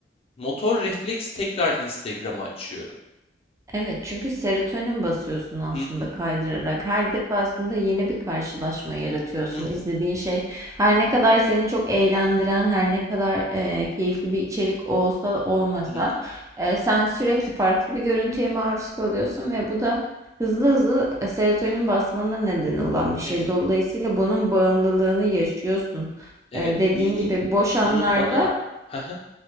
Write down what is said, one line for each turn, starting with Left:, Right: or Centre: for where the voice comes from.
Left: motor refleks tekrar Instagram'ı açıyorum.
Right: Evet çünkü serotonin basıyorsun aslında
Left: Hı hı,
Right: kaydırarak. Her defasında yeni bir karşılaşma yaratıyorsun.
Left: hı hı,
Right: İzlediğin şey her ne kadar seni çok eğlendiren, her ne kadar e, keyifli bir içerik olsa olmasa
Left: hı hı.
Right: e, sen sürekli farklı bir görüntüye maruz kalıyorsun ve bu da hızlı hızlı e, serotonin basmana neden olan bir şey.
Left: Evet,
Right: Dolayısıyla bunun bağımlılığını yaşıyorsun.
Left: evet.
Right: E, dediğin
Left: Bunun,
Right: gibi boş anlarda
Left: bunun bana... <laughs> Hı hı.